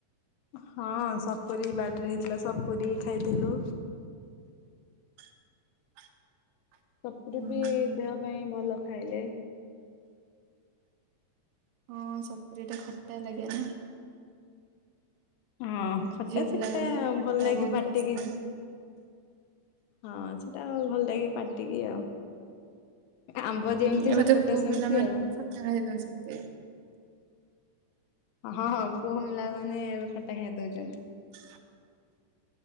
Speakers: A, on the left; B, on the right.
A: ହଁ ସପୁରୀ ବାଡିରେ ହେଇଥିଲା ସପୁରୀ ଖାଇଥିଲୁ।
B: <inaudible>
A: ସପୁରୀ
B: ହୁଁ
A: ବି ଦେହ ପାଇଁ ଭଲ ଖାଇଲେ।
B: ହଁ ସପୁରୀ ଟା ଖଟା ଲାଗେ ନା।
A: ହଁ ଖଟା
B: ଝିଅ ପିଲାଙ୍କୁ
A: ଛିଟା
B: ତ ଖଟା
A: ଭଲ ଲାଗେ
B: ବହୁତ
A: ପାଟିକି।
B: ପସନ୍ଦ।
A: ହଁ ସେଟା ଭଲ ଲାଗେ ପାଟିକି ଆଉ। ଆମ୍ବ
B: ହୁଁ
A: ଯେମିତି
B: ଏବେ
A: ସପୁରୀଟା
B: ତ ପୁଅ
A: ସେମିତି
B: ପିଲାମାନେ
A: ଆଉ।
B: ବି ଖଟା ଖାଇ ଦଉଛନ୍ତି।
A: ହଁ ହଁ ପୁଅ ମିଲା ମାନେ ଏବେ ଖଟା ଖାଇ ଦଉଛନ୍ତି।
B: <inaudible>